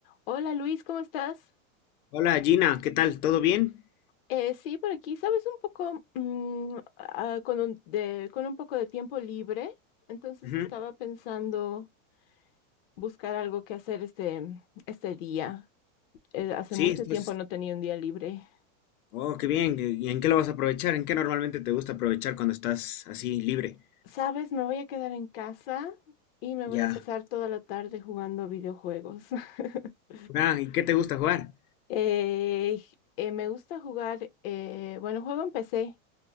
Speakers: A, on the left; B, on the left.
A: Hola Luis, ¿cómo estás?
B: Hola Gina, ¿qué tal? ¿Todo bien?
A: Eh, sí, por aquí, sabes, un poco mm, ah, con un, de- con un poco de tiempo libre, entonces
B: Ujú.
A: estaba pensando buscar algo que hacer este, este día. Eh, hace
B: Sí,
A: mucho
B: estás.
A: tiempo no tenía un día libre.
B: Oh, qué bien. ¿Y en qué lo vas a aprovechar? ¿En qué normalmente te gusta aprovechar cuando estás así libre?
A: Sabes, me voy a quedar en casa y me
B: Ya.
A: voy a pasar toda la tarde jugando videojuegos. <laughs>
B: Ah, ¿y qué te gusta jugar?
A: Eh, eh, me gusta jugar, eh, bueno, juego en PC.